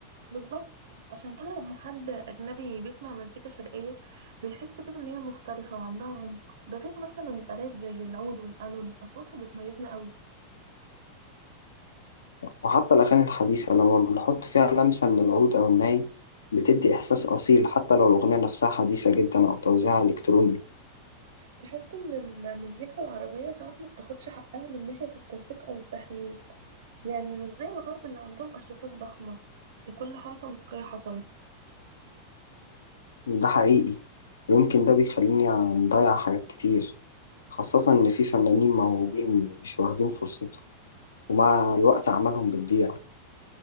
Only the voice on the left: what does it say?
وحتى الأغاني الحديثة لما بنحط فيها لمسة من العود أو الناي بتدي إحساس أصيل حتى لو الأغنية نفسها حديثة جدا أو توزيعها إلكتروني
ده حقيقي ويمكن ده بيخليني نضيع حاجات كتير خاصة إن في فنانين موهوبين مش واخدين فرصتهم ومع الوقت أعمالهم بتضيع